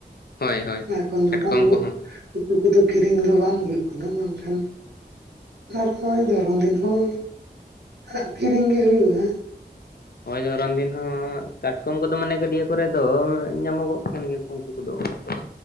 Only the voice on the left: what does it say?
ᱦᱳᱭ ᱦᱳᱭ
ᱠᱟᱴᱠᱚᱢ
ᱠᱚᱦᱚᱸ
ᱦᱚᱭ ᱫᱷᱚᱨᱚᱱ ᱫᱤᱱ ᱦᱚᱸ ᱠᱟᱴᱠᱚᱢ ᱠᱚᱫᱚ ᱢᱟᱱᱮ ᱜᱟᱹᱰᱭᱟᱹ ᱠᱚᱨᱮ ᱫᱚ ᱧᱟᱢᱚᱜᱚᱜ ᱠᱟᱱ ᱜᱮᱭᱟᱠᱚ᱾ ᱩᱱᱠᱩ ᱠᱚᱫᱚ ᱚᱱᱟ ᱠᱚᱫᱚ᱾